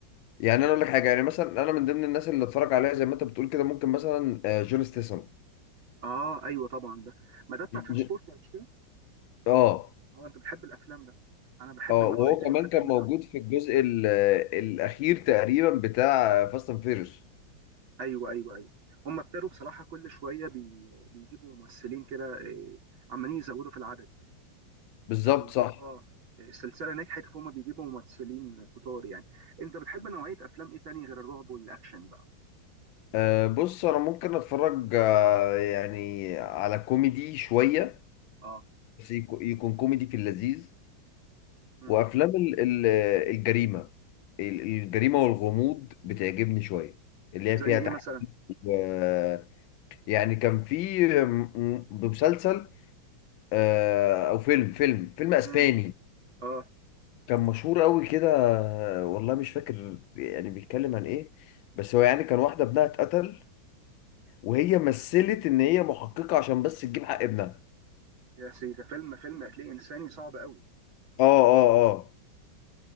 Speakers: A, on the left; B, on the right.
A: يعني انا اقول لك حاجه يعني مثلا انا من ضمن الناس اللي اتفرج عليها زي ما انت بتقول كده ممكن مثلا آه، جون ستيسون
B: اه ايوه طبعا ده ما ده بتاع
A: ج-
B: ترانسبورتر
A: ج-
B: مش كده
A: اه
B: اه انت بتحب الافلام ده انا بحب
A: اه
B: النوع
A: وهو
B: ده إيه الافلام
A: كمان كان موجود
B: بتاعته
A: في الجزء ال- آه، الاخير تقريبا بتاع فاست اند فيريوس
B: ايوه ايوه ايوه هم ابتدوا بصراحه كل شويه بي... بيجيبوا ممثلين كده آه، عمالين يزودوا في العدد
A: بالظبط
B: فبيجيب
A: صح
B: اه السلسله نجحت فهم بيجيبوا ممثلين كتار يعني انت بتحب نوعيه افلام ايه تاني غير الرعب والاكشن بقى
A: أه بص انا ممكن اتفرج آه، يعني على كوميدي شويه
B: اه
A: بس يكو- يكون كوميدي في اللذيذ
B: مم.
A: وافلام ال- ال- الجريمه ال- الجريمه والغموض بتعجبني شويه اللي هي
B: زي
A: فيها
B: ايه
A: تحقيق
B: مثلا
A: و- يعني كان في م- م- مسلسل آه، او فيلم فيلم فيلم اسباني
B: امم اه
A: كان مشهور قوي كده آه، والله مش فاكر يعني بيتكلم عن ايه بس هو يعني كان واحده ابنها اتقتل وهي مثلت ان هي محققه عشان بس تجيب حق ابنها
B: يا سيدي ده فيلم فيلم هتلاقيه انساني صعب قوي
A: اه اه اه